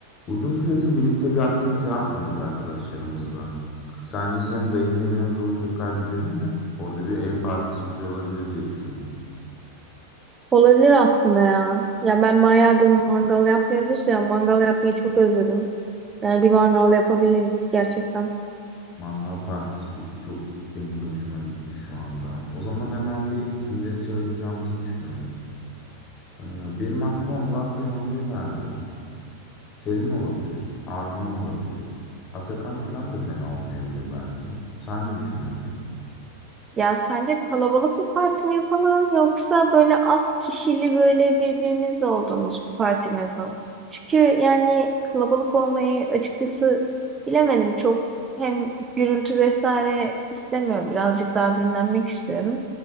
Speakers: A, on the left; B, on the right.
A: Uzun süredir birlikte bir aktivite yapmıyoruz arkadaşlarımızla. Sence senin dayının evine doğru tekrar gidelim mi? Orada bir ev partisi güzel olabilir diye düşündüm.
B: Olabilir aslında ya. Ya ben bayağıdır mangal yapmıyoruz ya. Mangal yapmayı çok özledim. Yani bir mangal yapabiliriz gerçekten.
A: Mangal partisi fikri çok benim de hoşuma gitti şu anda. O zaman hemen bir kimleri çağıracağımızı düşünelim. Ee, benim aklıma Murat ve Yonca geldi. Selin olabilir, Arman olabilir. Atakan filan da fena olmayabilir belki. Sen ne düşünüyorsun?
B: Ya sence kalabalık bir parti mi yapalım yoksa böyle az kişili böyle birbirimizle olduğumuz bir parti mi yapalım? Çünkü yani kalabalık olmayı açıkçası bilemedim çok hem gürültü vesaire istemiyorum birazcık daha dinlenmek istiyorum.